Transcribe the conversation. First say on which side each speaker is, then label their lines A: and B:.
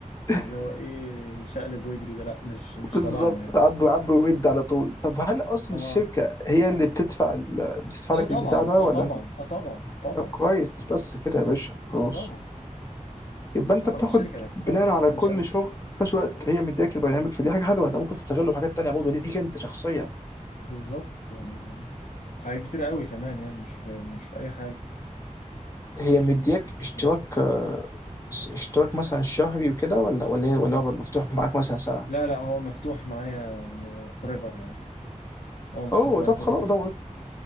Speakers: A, on the left; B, on the left.
A: <laughs>
B: اللي هو ايه شقلب واجري ده لا مش مش
A: بالظبط
B: تبعنا يعني
A: عبوا عبوا ويد على طول طب هل اصلا
B: اه
A: الشركه هي اللي بتدفع ال- بتدفع
B: اه
A: لك
B: طبعا
A: البتاع ده
B: اه
A: ولا
B: طبعا
A: انت
B: اه طبعا طبعا
A: طب كويس بس كده يا باشا خلاص
B: طبعا
A: يبقى انت
B: طبعا
A: بتاخد
B: الشركة اللي هتدفعه
A: بناء على
B: اكيد
A: كل
B: مش انا
A: شغل في نفس الوقت هي مدياك البرنامج فدي حاجه حلوه انت ممكن تستغله في حاجات تانيه برضه ليك انت شخصيا
B: بالظبط يعني حاجات كتير قوي كمان يعني مش في مش في اي حاجة
A: هي مدياك اشتراك
B: فاهم؟
A: آه، اشتراك مثلا شهري وكده ولا ولا هي- ولا هو بقى مفتوح معاك مثلا سنه
B: لا لا هو مفتوح معايا ايفر يعني هو مفتوح
A: اوه
B: معايا
A: طب
B: ايفر
A: خلاص ده